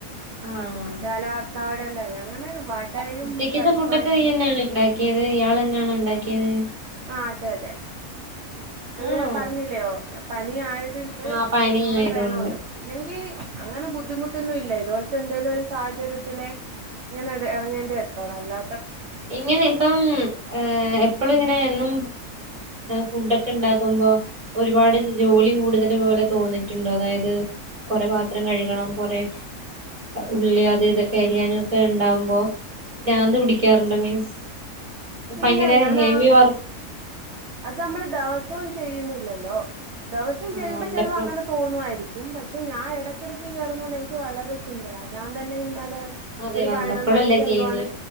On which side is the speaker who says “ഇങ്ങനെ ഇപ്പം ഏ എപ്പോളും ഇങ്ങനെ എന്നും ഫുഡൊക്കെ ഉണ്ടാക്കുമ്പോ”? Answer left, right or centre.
Right